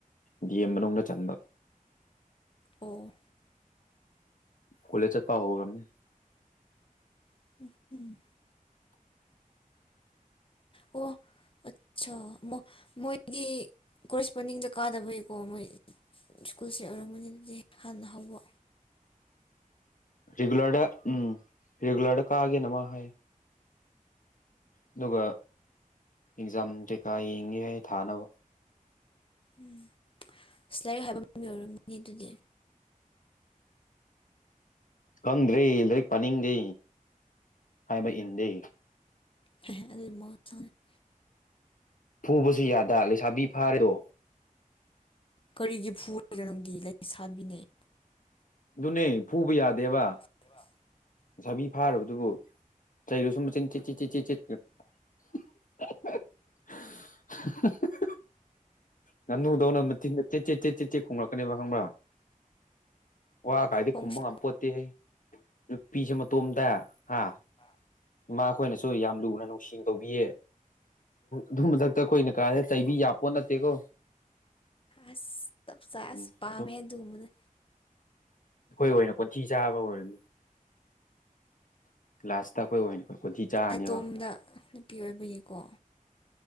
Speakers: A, on the left (about 65°); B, on the left (about 40°).
A: ꯗꯤ ꯑꯦꯝ ꯃꯅꯨꯡꯗ ꯆꯟꯕ
B: ꯑꯣ
A: ꯀꯣꯂꯦꯖ ꯆꯠꯄ ꯍꯧꯔꯝꯅꯤ
B: <unintelligible> ꯑꯣ ꯑꯠꯆꯥꯥ ꯃꯣꯏꯗꯤ ꯀꯣꯔꯦꯁꯄꯣꯟꯗꯤꯡꯗ ꯀꯥꯗꯕꯩꯀꯣ ꯃꯣꯏ ꯁ꯭ꯀꯨꯜꯁꯦ ꯌꯎꯔꯝꯕꯅꯤꯗꯤ ꯍꯥꯟꯅ ꯍꯧꯕ
A: ꯔꯤꯒꯨꯂꯔꯗ ꯎꯝ ꯔꯤꯒꯨꯂꯔꯗ ꯀꯥꯒꯦꯅ ꯃꯥ ꯍꯥꯏ ꯑꯗꯨꯒ ꯑꯦꯛꯖꯥꯝ ꯀꯩꯀꯥ ꯌꯦꯡꯒꯦ ꯍꯥꯏ ꯊꯥꯅꯕ
B: ꯎꯝ ꯑꯁ ꯂꯥꯏꯔꯤꯛ ꯍꯥꯏꯕ ꯃ ꯑꯣꯏꯔꯝꯒꯅꯤ ꯑꯗꯨꯗꯤ
A: ꯈꯪꯗ꯭ꯔꯦ ꯂꯥꯏꯔꯤꯛ ꯄꯥꯅꯤꯡꯗꯦ ꯍꯥꯏꯕ ꯏꯟꯗꯦ
B: ꯍ ꯑꯗꯨꯗꯤ ꯃꯧ <unintelligible>
A: ꯐꯨꯕꯁꯨ ꯌꯥꯗ ꯂꯩꯁꯥꯕꯤ ꯐꯥꯔꯦꯗꯣ
B: ꯀꯔꯤꯒꯤ ꯐꯨꯅꯣ ꯅꯪꯒꯤ ꯂꯩ ꯁꯥꯕꯤꯅꯩ
A: ꯑꯗꯨꯅꯦ ꯐꯨꯕ ꯌꯥꯗꯦꯕ
B: ꯀꯩꯕ
A: ꯂꯩꯁꯥꯕꯤ ꯐꯥꯔꯕꯗꯨꯕꯣ ꯆꯩꯔꯁꯨ ꯃꯆꯤꯟ ꯆꯤꯠ ꯆꯤꯠ ꯆꯤꯠ ꯆꯤꯠ ꯆꯤꯠ <unintelligible> ꯉꯥꯅꯨꯗꯧꯅ ꯃꯆꯤꯟꯗ ꯆꯦ ꯆꯦ ꯆꯦꯠ ꯆꯦꯠ ꯈꯣꯡꯂꯛꯀꯅꯦꯕ ꯈꯪꯕ꯭ꯔꯥ ꯋꯥ ꯀꯥꯏꯗꯤ
B: ꯈꯣꯡꯁꯨ
A: ꯈꯨꯝꯕ ꯉꯝ ꯄꯣꯠꯇꯦ ꯅꯨꯄꯤꯁꯦ ꯃꯇꯣꯝꯗ ꯍꯥ
B: ꯑꯥ
A: ꯏꯃꯥꯈꯣꯏꯅꯁꯨ ꯌꯥꯝ ꯂꯨꯅ ꯅꯨꯡꯁꯤꯡꯅ ꯇꯧꯕꯤꯌꯦ ꯑꯗꯨ ꯃꯊꯛꯇ ꯑꯩꯈꯣꯏꯅ ꯀꯥꯏꯔꯦ ꯇꯩꯕꯤ ꯌꯥꯄꯣꯠ ꯅꯠꯇꯦꯀꯣ
B: ꯑꯁ ꯇꯞ ꯆꯥꯏ
A: ꯎꯝ
B: ꯑꯁ ꯄꯥꯞꯃꯦ
A: ꯑꯗꯨꯝ
B: ꯗꯨꯝꯕꯅꯦ
A: ꯑꯩꯈꯣꯏ ꯑꯣꯏꯅ ꯈꯣꯟꯊꯤ ꯆꯥꯕ ꯑꯣꯏꯔꯝꯅꯤ ꯂꯥꯁꯇ ꯑꯩꯈꯣꯏ ꯑꯣꯏꯅ ꯈꯣꯟꯊꯤ ꯆꯥꯅꯦꯕ
B: ꯑꯥꯏꯇꯣꯝꯗ ꯅꯨꯄꯤ ꯑꯣꯏꯕꯒꯤꯀꯣ